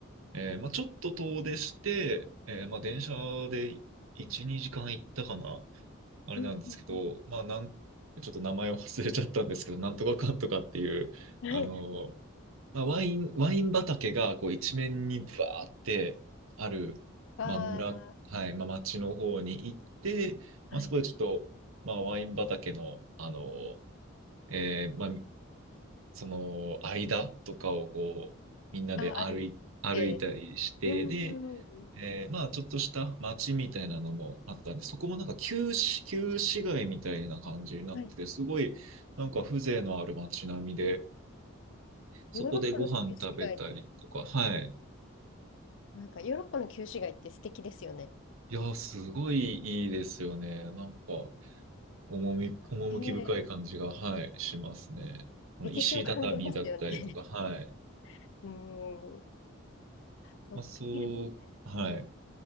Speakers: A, on the right (about 75°); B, on the left (about 65°).
A: えーまあ、ちょっと遠出して、えーまあ、電車で1、2時間行ったかな、あれなんですけど、
B: うん、うん
A: まあ、なん、ちょっと名前を忘れちゃったんですけど、なんとかかんとかっていう、
B: はい、
A: あの、まあ、ワイン、ワイン畑がこう一面にバーってある、
B: あー、
A: まあ、村、はい、まあ、町の方に行って、まあ、
B: はい、
A: そこでちょっと、まあ、ワイン畑の、あの、えーまあ、その間とかをこう、みんなで歩い、
B: あ、あれっ
A: 歩いたりして、
B: て、うん、
A: で、
B: うん、
A: えーまあちょっとした街みたいなのもあったんで、そこもなんか旧市、旧市街みたいな感じになってて、
B: はい、
A: すごいなんか風情のある街並みで、そこでご飯食べたりとか、
B: ヨーロッパの旧市街、
A: はい。
B: なんかヨーロッパの旧市街って素敵ですよね。
A: いやー、すごいいいですよね。なんか、趣、
B: えー
A: 趣深い感じが、はい、しますね。この石畳だったりとか、
B: 歴史を感じますよね。
A: はい。
B: <laughs> うーん。そっか、
A: まあ、そう、
B: いいで
A: はい。
B: すね。